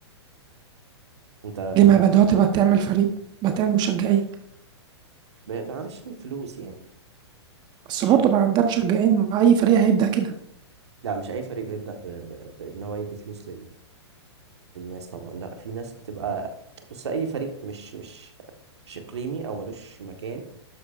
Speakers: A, on the right; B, on the right.
A: أنت أنت
B: ليه ما بقى دلوقتي بقت تعمل فريق بقت تعمل مشجعين
A: ب- معلش الفلوس يعني
B: بس
A: مش
B: برضه بقى عندها مشجعين مع أي فريق هيبدأ كده
A: لا مش أي فريق بيبدأ ب... ب... بإن هو يدي فلوس الناس طبعا لا في ناس بتبقى بص اي فريق مش مش مش اقليمي او ملوش مكان